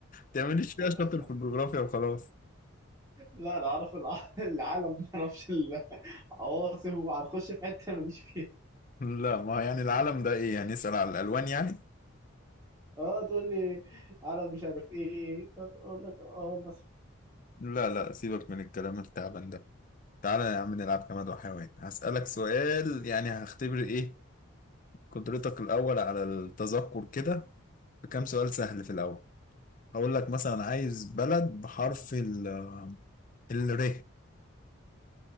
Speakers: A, on the left; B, on the right.
A: تعمليش فيها شاطر
B: <laughs>
A: في الجغرافيا وخلاص
B: لا انا اعرف الع- العالم ما اعرفش العواصم وهنخش في حته ماليش فيها
A: لا ما يعني العالم ده إيه يعني نسأل على الألوان يعني
B: اه تقول لي عرب مش عارف ايه بس اقول لك اه مثلا
A: لا لا سيبك من الكلام التعبان ده تعالى يا عم نلعب جماد وحيوان هسألك سؤال يعني هختبر إيه قدرتك الأول على التذكر كده بكام سؤال سهل في الأول هقول لك مثلا عايز بلد بحرف ال الر